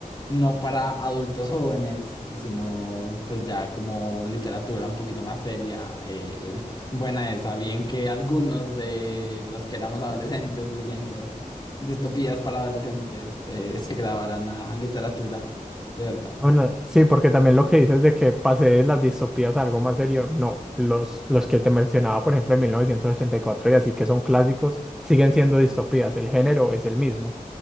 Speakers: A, on the left; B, in the centre.
A: no para adultos jóvenes, sino pues ya como literatura un poquito más seria, eh, <laughs> buena esa, bien que algunos de los que éramos adolescentes leyendo distopías para adolescentes eh, <laughs> se grabaran a literatura, de verdad.
B: Bueno, sí, porque también lo que dices de que pasé de las distopías a algo más serio, no, los, los que te mencionaba, por ejemplo, en mil novecientos ochenta y cuatro y así que son clásicos, siguen siendo distopías, el género es el mismo,